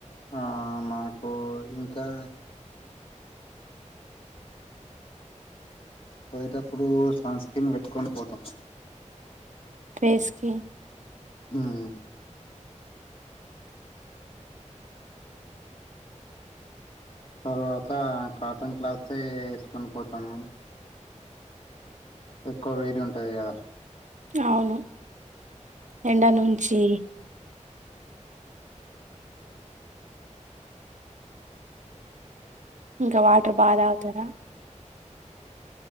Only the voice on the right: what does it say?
ఐస్క్రీమ్
అవును ఎండ నుంచి ఇంకా వాటర్ బాగా తాగుతారా